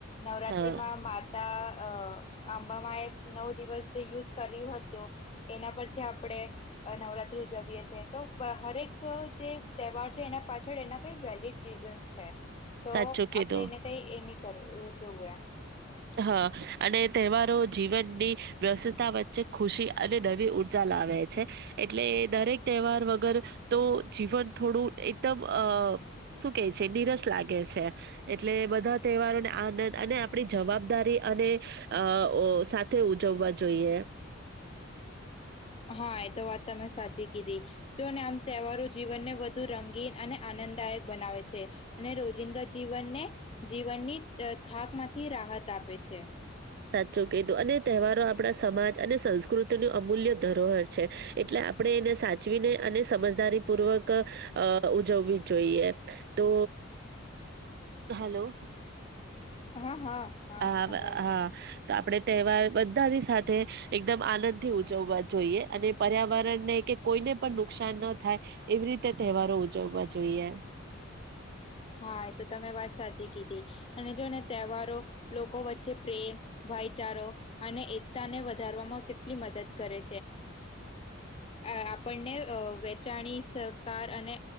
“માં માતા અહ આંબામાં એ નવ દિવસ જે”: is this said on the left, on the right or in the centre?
Left